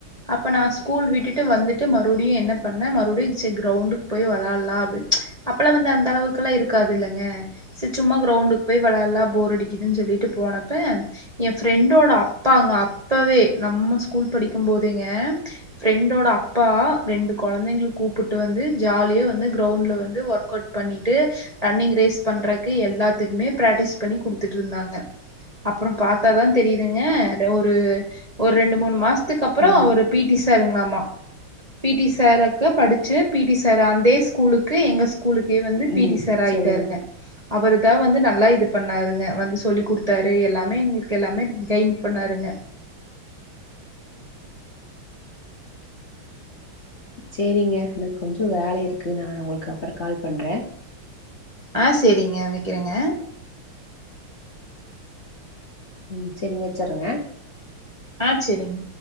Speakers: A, on the right; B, on the left.
A: அப்ப நா ஸ்கூல் விட்டுட்டு வந்துட்டு மறுபடியு என்ன பண்ணே மறுபடியு சரி கிரௌண்டுக்கு போய் வெளையாட்லா அப்டின்னு அப்பெல்லா வந்து அந்த அளவுக்கெல்லா இருக்காது இல்லங்க சரி சும்மா கிரௌண்டுக்கு போய் வெளையாட்லா போர் அடிக்குதுன்னு சொல்லிட்டு போனப்ப யேன் ஃப்ரெண்டோட அப்பாங்க அப்பவே நம்ம ஸ்கூல் படிக்கும்போதேங்க ஃப்ரெண்டோட அப்பா ரெண்டு கொழந்தைங்கள கூப்புட்டு வந்து ஜாலியா வந்து கிரௌண்டல வந்து ஒர்க் அவுட் பண்ணிட்டு ரன்னிங் ரேஸ் பண்றக்கு எல்லாத்துக்குமே பிராக்டிஸ் பண்ணி குடுத்துட்ருந்தாங்க அப்புறம் பா த்தாதா தெரியுதுங்க ஒரு ஒரு ரெண்டு மூணு மாச த்துக்கு அப்புறோ
B: ம்
A: அவரு பி டி சாருங்களாமா பி டி சாருக்கு படிச்சு பி டி சாரு அதே ஸ்கூலுக்கு எங்க ஸ்கூலுக்கே வந்து பி
B: ம்
A: டி சார்ஆயிட்டாருங்க
B: சொல்லுங்க
A: அவரு தான் வந்து நல்லா இது பண்ணாருங்க வந்து சொல்லி் கொடுத்தாரு எல்லாமே எங்களு எல்லாமே கைட் பண்ணாருங்க
B: சரிங்க எனக்கு கொஞ்சம் வேலை இருக்கு நான் உங்களுக்கு அப்புறம் கால் பண்றேன்
A: ஆஹ் சரிங்க வைக்கிறேங்க
B: ம் சரிங்க வச்சருங்க
A: ஆ சரிங்க